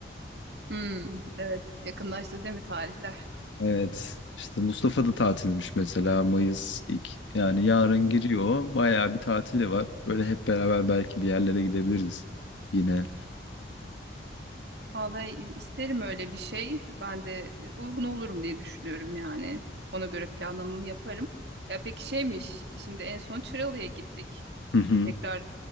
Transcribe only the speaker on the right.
Hmm, evet. Yakınlaştı değil mi tarihler?
Vallahi i- isterim öyle bir şey. Ben de e, uygun olurum diye düşünüyorum yani. Ona göre planlamamı yaparım. Ya peki şeymiş. Şimdi en son Çıralı'ya gittik.
Tekrar